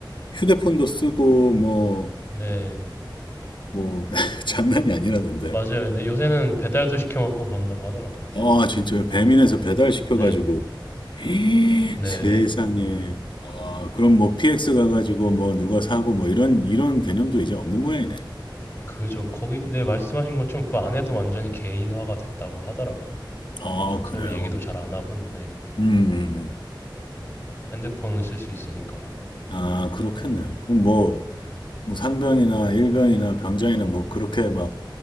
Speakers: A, on the left; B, on the left.
A: 휴대폰도 쓰고 뭐
B: 네,
A: 뭐 <laughs> 장난이 아니라던데.
B: 맞아요. 근데 요새는 배달도 시켜 먹고 그런다고 하더라고요,
A: 아
B: 안에서.
A: 진짜 배민에서 배달 시켜가지고
B: 네,
A: <gasps>
B: 네,
A: 세상에.
B: 네.
A: 아 그럼 뭐 PX 가가지고 뭐 누가 사고 뭐 이런 이런 개념도 이제 없는 모양이네요.
B: 그죠. 거기, 네, 말씀하신 것처럼 그 안에도 완전히 개인화가 됐다고 하더라고요.
A: 아
B: 완전
A: 그래요.
B: 서로 얘기도 잘 안 하고, 네.
A: 음. 음, 음.
B: 핸드폰을 쓸 수 있으니까.
A: 아 그렇겠네요. 그럼 뭐 뭐 상병이나 일병이나 병장이나 뭐 그렇게 막